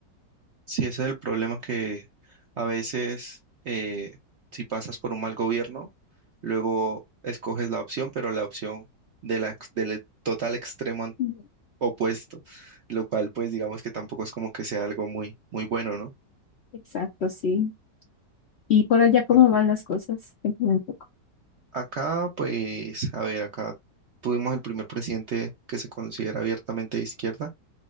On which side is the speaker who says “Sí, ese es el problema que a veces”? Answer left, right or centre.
Right